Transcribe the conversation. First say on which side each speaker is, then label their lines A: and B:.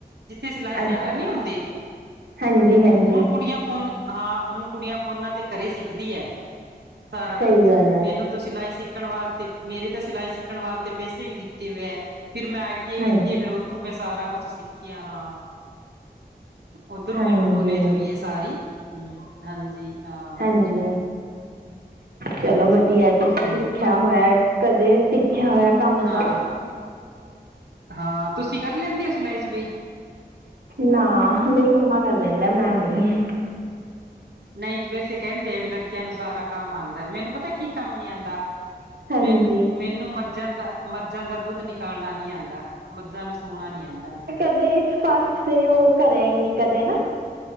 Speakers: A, on the right; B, on the right.
A: ਜਿੱਥੇ ਸਿਲਾਈ ਸੈਂਟਰ
B: ਅੱਛਾ
A: ਨੀਂ ਹੁੰਦੀ।
B: ਹਾਂਜੀ ਹਾਂਜੀ
A: ਹੋਨ ਕੁੜੀਆਂ ਫੋਨ ਹਾਂ, ਹੋਨ ਕੁੜੀਆਂ ਫੋਨਾਂ ਤੇ ਘਰੇ ਸਿੱਖਦੀ ਐ, ਸਾਰਾ
B: ਸਹੀ
A: ਕੁਛ
B: ਗੱਲ ਆ
A: ਮੈਨੂੰ
B: ਜੀ
A: ਤੋਂ ਸਿਲਾਈ ਸਿੱਖਣ ਵਾਸਤੇ ਮੇਰੇ ਤੇ ਸਿਲਾਈ ਸਿੱਖਣ ਵਾਸਤੇ ਪੈਸੇ ਵੀ ਦਿੱਤੇ ਹੋਏ ਐ, ਫਿਰ ਮੈਂ ਆਈ ਟੀ ਆਈ
B: ਹਾਂਜੀ
A: ਕੀਤੀ ਫੇਰ ਓਥੋਂ ਮੈਂ ਸਾਰਾ ਕੁਛ ਸਿੱਖਿਆ, ਹਾਂ ਉੱਧਰੋਂ
B: ਹਾਂਜੀ
A: ਮੈਨੂੰ ਨੌਲੇਜ ਹੋਈ ਐ ਸਾਰੀ ਹਾਂ, ਹਾਂਜੀ ਹਾਂ
B: ਹਾਂਜੀ, ਚਲੋ
A: ਹਾਂਜੀ
B: ਵਧੀਆ ਤੁਸੀਂ
A: ਹਮ
B: ਸਿੱਖਿਆ ਹੋਯਾ। ਕਦੇ ਸਿੱਖਿਆ ਹੋਯਾ ਕੰਮ
A: ਹਾਂ
B: ਤਾਂ
A: ਹਾਂ, ਤੁਸੀਂ ਕਰ ਲੈਂਦੇ ਓ ਸਿਲਾਈ-ਸਲੂਈ?
B: ਨਾ, ਮੇਰੀ ਮੰਮਾ ਕਰ ਲੈਂਦਾ ਐ, ਮੈਂ ਨੀਂ।
A: ਨਈਂ, ਵੈਸੇ ਕੈਂਦੇ ਆ ਵੀ ਲੜਕੀਆਂ ਨੂੰ ਸਾਰਾ ਕੰਮ ਆਂਦਾ, ਮੈਨੂੰ ਪਤਾ ਕੀ ਕੰਮ ਨੀ ਆਂਦਾ,
B: ਹਾਂਜੀ
A: ਮੈਨ ਮੈਨੂੰ ਮੈਨੂੰ ਮੱਝਾਂ ਦਾ ਮੱਝਾਂ ਦਾ ਦੁੱਧ ਨਿਕਾਲਣਾ ਨੀ ਆਂਦਾ, ਮੱਝਾਂ ਨੂੰ ਸੁਣਾ ਨੀ ਆਂਦਾ ਮੈਨੂੰ।
B: <unintelligible> ਪਾਸ ਤੇ ਓ ਕਰਿਆ ਹੀ ਨੀ ਕਦੇ ਨਾ